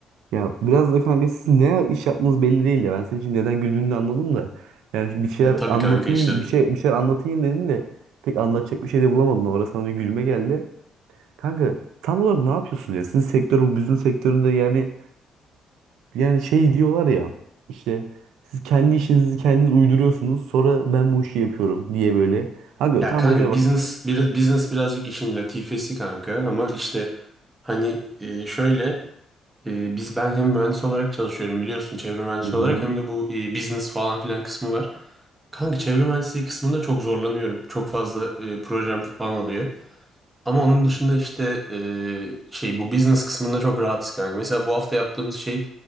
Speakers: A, on the right (about 85°); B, on the right (about 15°).
A: Ya biraz da kanka siz ne iş yaptığınız belli değil ya. Ben senin için neden güldüğünü de anladım da. Yani şimdi bir şeyler
B: Ya tabii
A: anlatayım,
B: kanka işte
A: bir şey bir şeyler anlatayım dedin de pek anlatacak bir şey de bulamadın. Orada sana bir gülme geldi. Kanka tam olarak ne yapıyorsun ya? Sizin sektör bu business sektöründe yani yani şey diyorlar ya. İşte siz kendi işinizi kendiniz uyduruyorsunuz. Sonra ben bu işi yapıyorum diye böyle. Kanka
B: ya
A: tam
B: kanka
A: o yüzden bak.
B: business bir, business birazcık işin latifesi kanka ama işte hani e, şöyle e, biz ben hem mühendis olarak çalışıyorum biliyorsun çevre mühendisi
A: Hı hı.
B: olarak hem de bu e, business falan filan kısmı var. Kanka çevre mühendisliği kısmında çok zorlanıyorum. Çok fazla e, projem falan alıyor. Ama onun dışında işte e, şey bu business kısmında çok rahatız kanka. Mesela bu hafta yaptığımız şey